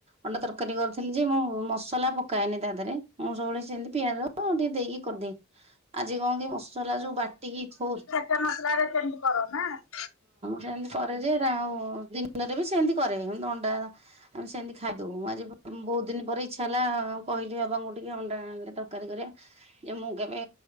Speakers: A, on the right (about 30°); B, on the left (about 80°).
A: ଅଣ୍ଡା ତରକାରୀ କରୁଥିଲି ଯେ ମୁଁ ମସଲା ପକାଏନି ତା ଦେହରେ ମୁଁ ସବୁବେଳେ ସେମତି ପିଆଜ ଟିକେ ଦେଇକି କରିଦେଇ ଆଜି କଣ କି ମସଲା ଯୋଉ ବାଟିକି ଥୋଉ
B: ନା ମସଲାରେ କେମିତି କର ହାଁ?
A: ଯେମିତି ଫର୍ ଯେ ଏରା ଆଉ ଦିନରେ ବି ସେମତି କରେ ନ୍ତୁ ଅଣ୍ଡା ଓରା ଆମେ ସେମିତି ଖାଇଦୋଉ। ଆଜି ବୋହୁତ ଦିନ ପରେ ଇଚ୍ଛା ହେଲା କହିଲି ବାବାଙ୍କୁ ଟିକେ ଅଣ୍ଡା ଆଣିଲେ ତରକାରୀ କରିବା ଯେ ମୁଁ କେବେ